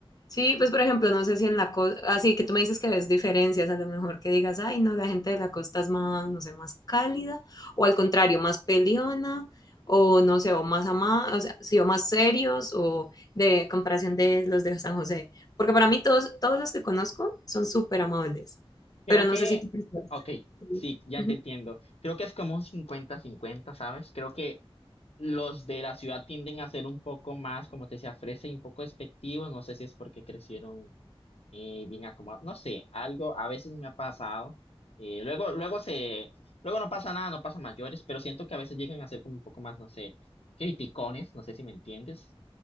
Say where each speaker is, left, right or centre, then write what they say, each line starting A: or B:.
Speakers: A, on the left; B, on the left.
A: Sí, pues por ejemplo, no sé si en la costa, así que tú me dices que ves diferencias, a lo mejor que digas, ay, no, la gente de la costa es más, no sé, más cálida, o al contrario, más peleona, o no sé, o más ama, o sea, sí, o más serios, o de comparación de los de San José. Porque para mí todos, todos los que conozco son súper amables,
B: Creo
A: pero no
B: que,
A: sé si tú percibes.
B: ok, sí, ya
A: Ujú.
B: te entiendo. Creo que es como un cincuenta-cincuenta, ¿sabes? Creo que los de la ciudad tienden a ser un poco más, como te decía, fresa y un poco despectivos. No sé si es porque crecieron eh, bien acomodado. No sé, algo a veces me ha pasado. eh, luego, luego se, luego no pasa nada, no pasa mayores, pero siento que a veces llegan a ser como un poco más, no sé, criticones, no sé si me entiendes.